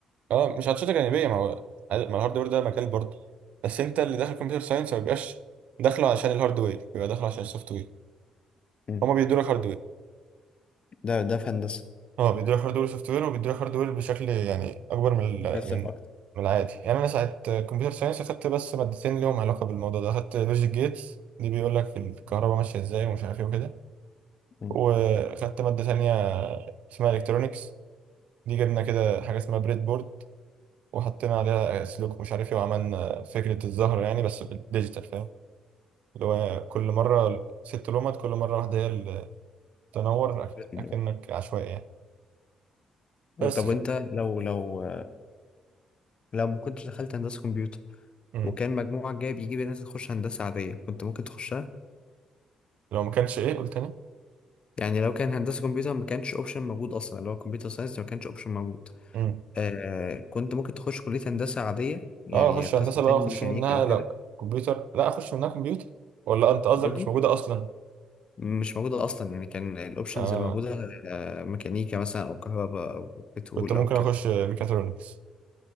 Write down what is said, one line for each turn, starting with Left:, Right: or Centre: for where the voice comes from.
Right: اه مش هتشتغل جانبيه ما هو ما الهاردوير ده مجال برضه بس انت اللي داخل كمبيوتر ساينس ما بيبقاش داخله عشان الهاردوير بيبقى داخله عشان السوفت وير
Left: امم
Right: هما بيدوا لك هاردوير
Left: ده ده في هندسة
Right: اه بيدوا لك هاردوير وسوفت وير وبيدوا لك هاردوير بشكل يعني اكبر من ال-
Left: ده فلسفة
Right: من
Left: اكتر
Right: من العادي يعني انا ساعه كمبيوتر ساينس اخدت بس مادتين ليهم علاقه بالموضوع ده اخدت لوجيك جيتس دي بيقول لك الكهرباء ماشيه ازاي ومش عارف ايه وكده
Left: امم
Right: واخدت ماده تانية اسمها الكترونكس دي جبنا كده حاجه اسمها بريد بورد وحطينا عليها سلوك مش عارف ايه وعملنا فكره الزهر يعني بس بالديجيتال فاهم اللي هو كل مره ست لومات كل مره واحده هي اللي تنور أك-
Left: امم
Right: اكنك عشوائي يعني بس
Left: طب وانت
Right: ف...
Left: لو لو لو ما كنتش دخلت هندسة كمبيوتر
Right: مم.
Left: وكان مجموعك جايب يجيب الناس تخش هندسة عادية كنت ممكن تخشها
Right: لو ما كانش ايه قلت تاني
Left: يعني لو كان هندسة كمبيوتر ما كانش اوبشن موجود اصلا اللي هو كمبيوتر ساينس ما كانش اوبشن موجود
Right: امم
Left: آه كنت ممكن تخش كلية هندسة عادية يعني
Right: اه اخش
Left: قسم
Right: هندسه
Left: تاني
Right: بقى اخش
Left: ميكانيكا
Right: منها
Left: او كده
Right: لا كمبيوتر لا اخش منها كمبيوتر ولا انت قصدك
Left: برضه
Right: مش موجوده اصلا
Left: مش موجودة اصلا يعني كان الاوبشنز
Right: آه
Left: الموجودة آه ميكانيكا مثلا او كهرباء او بترول
Right: كنت ممكن
Left: او كده
Right: اخش ميكاترونكس